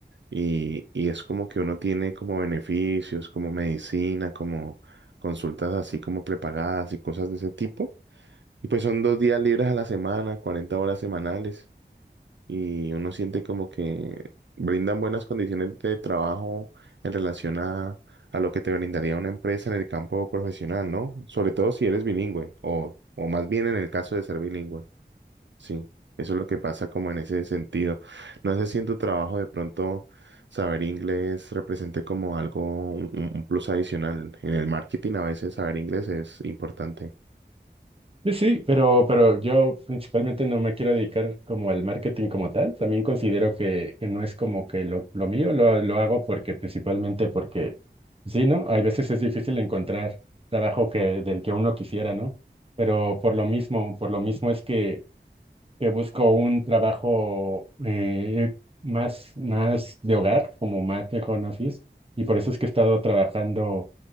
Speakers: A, on the right (about 80°); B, on the right (about 30°).
A: Y, y es como que uno tiene como beneficios, como medicina, como consultas así como prepagadas y cosas de ese tipo. Y pues son dos días libres a la semana, 40 horas semanales. Y uno siente como que brindan buenas condiciones de trabajo en relación a, a lo que te brindaría una empresa en el campo profesional, ¿no? Sobre todo si eres bilingüe o, o más bien en el caso de ser bilingüe. Sí, eso es lo que pasa como en ese sentido. No sé si en tu trabajo de pronto saber inglés represente como algo, un, un- un plus adicional. En el marketing a veces saber inglés es importante.
B: Sí, sí, pero, pero yo principalmente no me quiero dedicar como al marketing como tal. También considero que, que no es como que lo, lo mío, lo, lo hago porque principalmente porque, sí, ¿no? Hay veces es difícil encontrar trabajo que, del que uno quisiera, ¿no? Pero por lo mismo, por lo mismo es que, que busco un trabajo eh, más, más de hogar, como más de home office, y por eso es que he estado trabajando.